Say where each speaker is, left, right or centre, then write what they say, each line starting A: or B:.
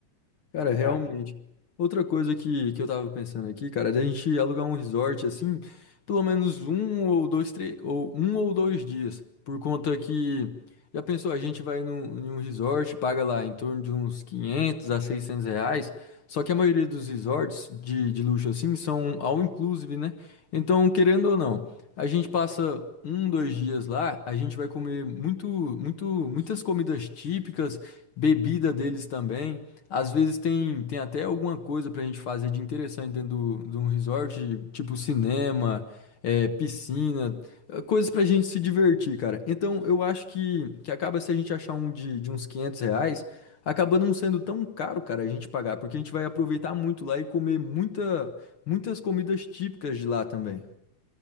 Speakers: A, on the left (about 50°); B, on the left (about 85°).
A: Cara,
B: que que
A: realmente.
B: você acha?
A: Outra coisa que, que eu tava pensando aqui, cara, é da gente alugar um resort assim, pelo menos um ou dois, três, ou um ou dois dias. Por conta que, já pensou, a gente vai num, em um resort, paga lá em torno de uns 500 a 600 reais. Só que a maioria dos resorts de, de luxo assim são all inclusive, né? Então, querendo ou não, a gente passa um, dois dias lá, a gente vai comer muito, muito, muitas comidas típicas, bebida deles também. Às vezes tem, tem até alguma coisa pra gente fazer de interessante dentro do- de um resort, tipo cinema, é, piscina, eh, coisas pra gente se divertir, cara. Então eu acho que, que acaba se a gente achar um de, de uns 500 reais, acaba não sendo tão caro, cara, a gente pagar, porque a gente vai aproveitar muito lá e comer muita, muitas comidas típicas de lá também.